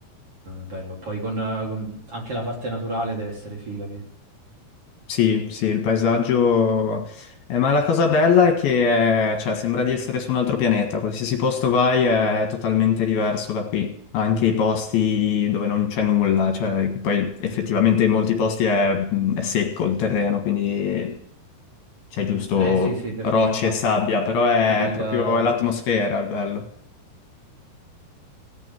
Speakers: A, on the right; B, on the left.
A: bello. Poi con, eh, con- anche la parte naturale deve essere figa lì.
B: Sì, sì, il paesaggio... eh, ma la cosa bella è che eh, cioè, sembra di essere su un altro pianeta, qualsiasi posto vai è totalmente diverso da qui, anche i posti dove non c'è nulla, cioè, che poi effettivamente in molti posti è, è secco il terreno, quindi c'è giusto
A: Eh sì, sì, per
B: rocce
A: come è fatta
B: e sabbia, però è
A: lì
B: proprio
A: la...
B: è l'atmosfera il bello.